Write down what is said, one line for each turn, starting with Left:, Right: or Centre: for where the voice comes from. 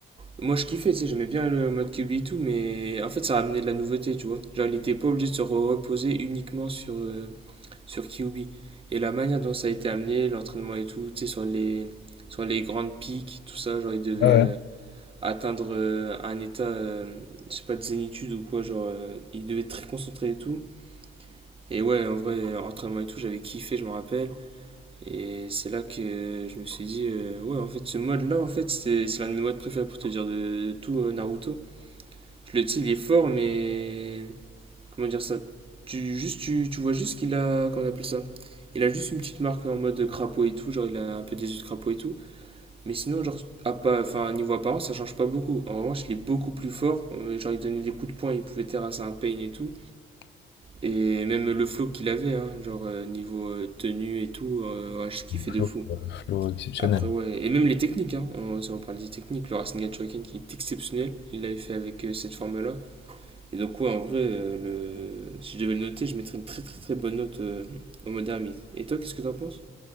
Right: moi je kiffais, tu sais, j'aimais bien le mode QB et tout, mais en fait ça ramenait de la nouveauté, tu vois. Genre, il était pas obligé de se re- reposer uniquement sur, euh, sur QB. Et la manière dont ça a été amené, l'entraînement et tout, tu sais, sur les, sur les grandes pics, tout ça, genre, il devait
Left: Ouais, ouais.
Right: euh, atteindre euh, un état, euh, je sais pas, de zénitude ou quoi, genre, euh, il devait être très concentré et tout. Et ouais, en vrai, entraînement et tout, j'avais kiffé, je me rappelle. Et c'est là que je me suis dit, euh, ouais, en fait, ce mode-là, en fait, c'est c'est l'un de mes modes préférés pour te dire de, de tout euh, Naruto. Je le, tu sais, il est fort, mais comment dire ça? Tu, juste, tu, tu vois juste qu'il a, comment on appelle ça? Il a juste une petite marque en mode crapaud et tout, genre il a un peu des yeux de crapaud et tout. Mais sinon, genre, à pas, enfin, niveau apparence, ça change pas beaucoup. En revanche, il est beaucoup plus fort. Euh, Genre, il donnait des coups de poing, il pouvait terrasser un pain et tout. Et même le flow qu'il avait, hein, genre, euh, niveau euh, tenue et tout, euh, ouais, je kiffais
Left: Flow,
Right: de fou.
Left: euh, flow exceptionnel.
Right: Après, ouais, et même les techniques, hein, on, si on parle des techniques, le Rasengan Shuriken qui est exceptionnel, il l'avait fait avec euh, cette forme-là. Et donc, ouais, en vrai, euh, le... si je devais le noter, je mettrais une très très très bonne note euh, au Modern Myth. Et toi, qu'est-ce que t'en penses